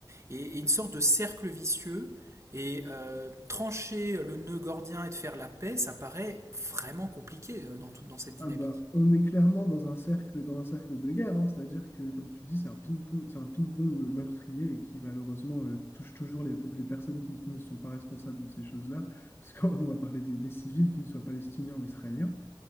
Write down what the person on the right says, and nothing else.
et, et une sorte de cercle vicieux. Et euh, trancher le nœud gordien et de faire la paix, ça paraît vraiment compliqué euh, dans, tout, dans cette dynamique.